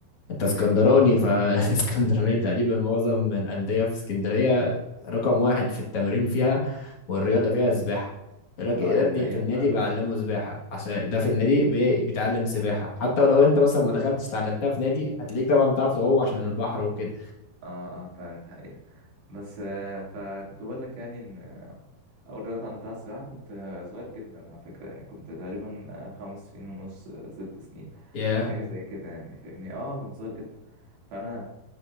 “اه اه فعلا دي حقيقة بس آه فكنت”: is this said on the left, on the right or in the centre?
Right